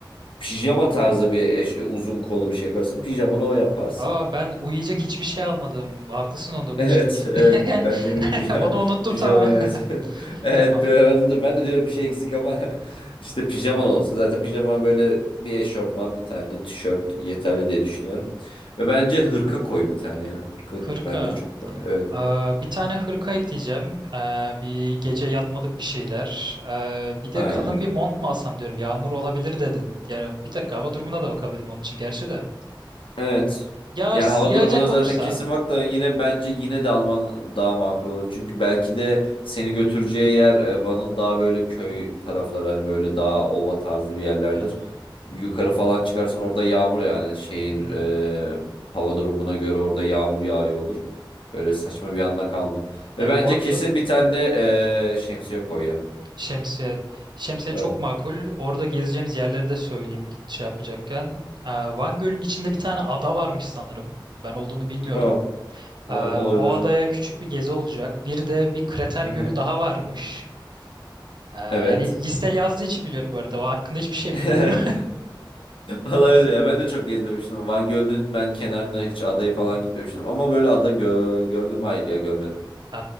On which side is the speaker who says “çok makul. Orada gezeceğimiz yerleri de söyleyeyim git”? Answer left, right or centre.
Right